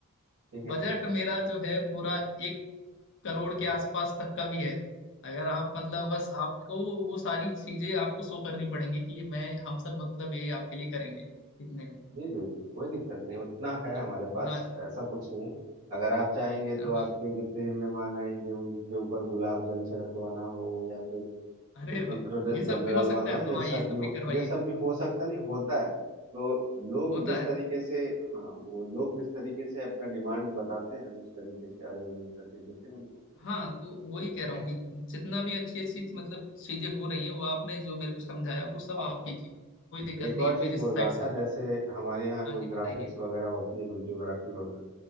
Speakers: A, on the right; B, on the left.
A: ठीक है
B: बजट मेरा जो है पूरा एक करोड़ के आसपास तक का भी है अगर आप मतलब बस आपको वो सारी चीजें आपको शो करनी पड़ेंगी कि मैं हम सब मतलब ये आपके लिए करेंगे इतने में
A: जी जी जी कोई दिक्कत नहीं उतना है
B: हाँ
A: हमारे पास
B: हाँ
A: ऐसा कुछ नहीं है अगर आप चाहेंगे तो
B: हाँ
A: आपके जितने भी मेहमान आएंगे उनके ऊपर गुलाब जल छिड़कवाना हो या फिर
B: अरे
A: वो
B: वाह
A: इत्र ड-
B: ये सब
A: जल
B: भी
A: डलवाना
B: हो सकता है
A: हो
B: तो
A: ये
B: हाँ
A: सब
B: ये सब
A: भी हो
B: भी करवाइए
A: ये सब भी हो सकता नहीं होता है तो लोग
B: होता
A: जिस
B: है
A: तरीके से हाँ वो लोग जिस तरीके से अपना डिमांड बताते हैं हम उस तरीके से अरेंजमेंट करके देते हैं उनको
B: हाँ तो वही कह
A: ठीक
B: रहा
A: है
B: हूँ कि जितना भी अच्छी अच्छी मतलब चीजें हो रही हैं वो आपने जो मेरे को समझाया वो सब
A: और
B: आप कीजिए कोई दिक्कत
A: एक
B: नहीं
A: और
B: है मेरी
A: चीज
B: साइड
A: बोल रहा था
B: से
A: जैसे हमारे यहाँ
B: हाँ
A: जो
B: जी
A: ग्राफिक्स
B: बताइए
A: वगैरह होती है वीडियोग्राफी वगैरह